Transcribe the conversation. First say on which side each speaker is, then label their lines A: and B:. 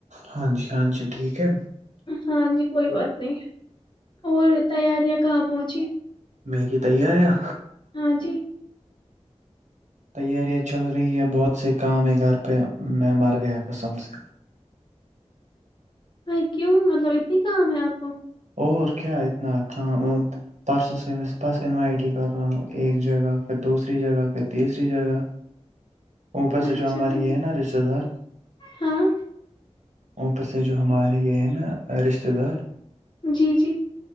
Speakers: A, on the right (about 85°); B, on the left (about 40°).
A: ہاں جی ہاں جی ٹھیک ہے
B: ہاں جی کوئی بات نہیں اور تیاریاں کہاں پہنچی
A: میری تیاریا
B: ہاں جی
A: تیاریاں چل رہی ہے بہت سے کام ہے گھر پہ میں مر گیا قسم سے
B: بھای کیوں مطلب اتنی کام ہے اپ کو
A: اور کیا اتنا کا پرسوں سے میں بس انوائٹ ہی کر رہا ہوں ایک جگہ پھر دوسری جگہ پھر تیسری جگہ اوپر
B: اچھا
A: سے جو ہماری
B: ٹھیک
A: یہ ہے نہ رشتیدار
B: ہاں
A: اوپر سے جو ہمارے یہ ہیں نہ رشتیدار
B: جی جی